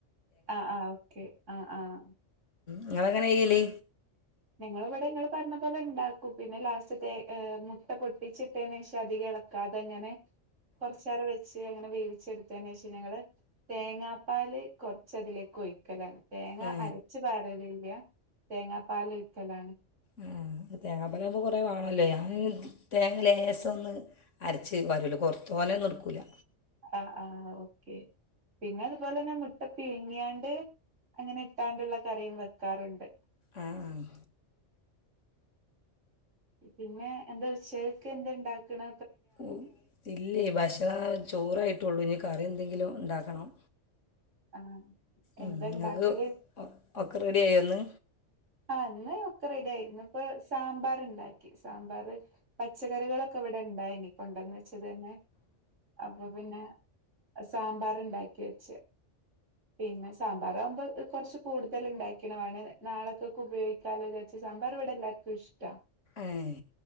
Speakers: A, on the right; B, on the left.
A: ആഹ് ആഹ് ഓക്കെ ആഹ് ആഹ്
B: നിങ്ങ അങ്ങനെ ചെയ്യല്?
A: ഞങ്ങ ഇവിടെ ങ്ങള്ൾ പറഞ്ഞ പോലെ ഉണ്ടാക്കൂ പിന്നെ ലാസ്റ്റ് ത ഏ മുട്ട പൊട്ടിച്ചിട്ടേന് ശശം അധിക ഇളക്കാം അതങ്ങനെ കുറച്ച നേരം വെച്ച് അങ്ങനെ വേവി എടുത്തെന്റെഷം ഞങ്ങള് തേങ്ങാപ്പാൽ കുറച്ച് അതിലേക്ക് ഒഴിക്കലാണ് തേങ്ങ
B: ഏ
A: അരച്ചു പാരല്ല തേങ്ങാ ക്കലാണ്
B: ആ തേങ്ങാപ്പലാവുമ്പൾ കുറേ വേണമല്ലോ ഞാൻ തേങ്ങ ലേസംമഒന്ന് അരച്ച് പാരോള്ളു കുറ തോനെ ഒന്നും എടുക്കൂില്ല
A: ആഹ ആഹ് ഓക്കെ പിന്നെ അതുപോലെന്നെ മുട്ട പീങ്ങിയണ്ട് അങ്ങനെ ഇട്ടാണ്ടുള്ള കറും വെക്കാറുണ്ട്
B: ആ ആഹ്
A: പിന്നെ എന്താ ഉച്ചക്ക് എന്താ ഉണ്ടാക്കണ
B: ഉം ഇല്ലേ ഭക്ഷണം ചോറായിട്ടുള്ളു ഇനി കറിയ എന്തെങ്കിലും ഉണ്ടാക്കണം
A: ആഹ്
B: ഉം
A: എന്താ
B: ഞങ്ങക്ക്
A: ഇണ്ടാക്കല്
B: ഒക്കെ റെഡി ആയി ഒന്ന്
A: ആ ഇന്ന് ഒക്കെ റെഡി ആയി ഇന്നിപ്പോ സാമ്പാർ ഉണ്ടാക്കി സാമ്പാർ പച്ചക്കറികളൊക്കെ ഇവിടെ ഇണ്ടായിന് കൊണ്ടന്ന് വെച്ചത് തന്നെ അപ്പൊ പിന്നെ സാമ്പാർ ഉണ്ടാക്കി വെച്ച് പിന്നെ സാമ്പാറാകുമ്പോൾ കുറച്ച് കൂടുതൽ ഉണ്ടാക്കണാണ് നാളൊക്കെ ഉപയോഗിക്കാലോന്ന് വിചാരിച്ച് സാമ്പാർ ഇവിടെ എല്ലാർക്കും ഇഷ്ട
B: ഏയ്